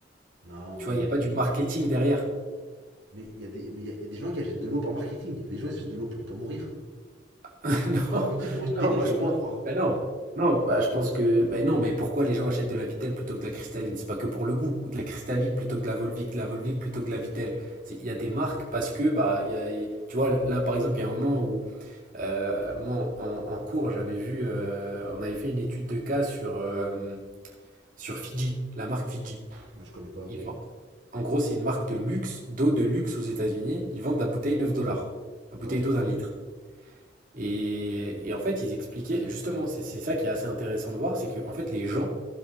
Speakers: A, on the right; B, on the right.
A: Non, mais
B: Tu vois,
A: non,
B: il n'y
A: mais
B: a pas du marketing derrière.
A: mais il y a des mais il y a- y a des gens qui achètent de l'eau par marketing. Les gens ils achètent de l'eau pour pour mourir.
B: <laughs> Non,
A: Tu vois, on me dit pour une télé,
B: non, moi
A: je
B: je
A: veux
B: pense.
A: bien croire.
B: Ben non, non, bah je pense que. Ben non, mais pourquoi les gens achètent de la Vittel plutôt que de la cristalline? C'est pas que pour le goût, ou de la cristalline plutôt que de la Volvic, de la Volvic plutôt que de la Vittel. C'est- Il y a des marques parce que, bah, il y a- tu vois, là par exemple, il y a un moment où Euh, moi, en, en cours, j'avais vu, euh, on avait fait une étude de cas sur, euh, sur Fiji, la marque Fiji.
A: Non, je connais pas, ok.
B: Ils vendent- en gros, c'est une marque de luxe, d'eau de luxe aux États-Unis. Ils vendent la bouteille 9 dollars, la bouteille
A: Ouais.
B: d'eau d'un litre. Et, et en fait, ils expliquaient, justement, c'est c'est ça qui est assez intéressant de voir, c'est que en fait, les gens,